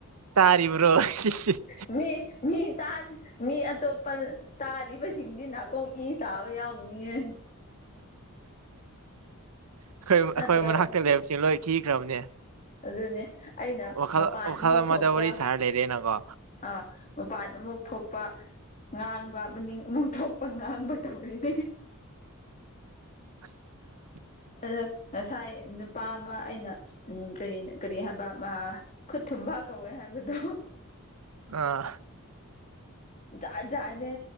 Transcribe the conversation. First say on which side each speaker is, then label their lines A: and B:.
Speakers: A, on the right (about 85°); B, on the left (about 35°).
A: ꯇꯥꯔꯤꯕ꯭ꯔꯣ ꯁꯤꯁꯤꯁ
B: ꯃꯤ ꯃꯤ ꯇꯥꯔ ꯃꯤ ꯑꯇꯣꯞꯄ ꯇꯥꯔꯤꯕ ꯁꯤꯡꯗꯤ ꯅꯥꯀꯣꯡ ꯏ ꯇꯥꯕ ꯌꯥꯎꯅꯤꯌꯦ
A: ꯑꯩꯈꯣꯏ ꯑꯩꯈꯣꯏ
B: ꯅꯠꯇ꯭ꯔꯣ
A: ꯃꯅꯥꯛꯇ ꯂꯩꯕꯁꯦ ꯂꯣꯏ ꯈꯤꯈ꯭ꯔꯕꯅꯦ
B: ꯑꯗꯨꯅꯦ ꯑꯩꯅ
A: ꯋꯥꯈꯜ
B: ꯃꯄꯥꯟ
A: ꯋꯥꯈꯜ
B: ꯑꯃꯨꯛ
A: ꯑꯃꯗ
B: ꯊꯣꯛꯄ
A: ꯋꯥꯔꯤ ꯁꯥꯔ ꯂꯩꯔꯦꯅꯀꯣ
B: ꯑꯥ ꯃꯄꯥꯟ ꯑꯃꯨꯛ ꯊꯣꯛꯄ ꯉꯥꯡꯕ ꯃꯅꯤꯡ ꯃꯨꯛ ꯊꯣꯛꯄ ꯉꯥꯡꯕ ꯇꯧꯔꯤꯗꯤ
A: <unintelligible>
B: ꯑꯗꫭ ꯉꯁꯥꯏ ꯅꯨꯄꯥ ꯑꯃ ꯑꯩꯅ ꯎꯝ ꯀꯔꯤ ꯀꯔꯤ ꯍꯥꯏꯕ ꯈꯨꯠ ꯊꯨꯝꯕꯥ ꯀꯧꯋꯦ ꯍꯥꯏꯕꯗꯣ
A: ꯑꯥ
B: ꯖꯥꯠ ꯖꯥꯠꯅꯦ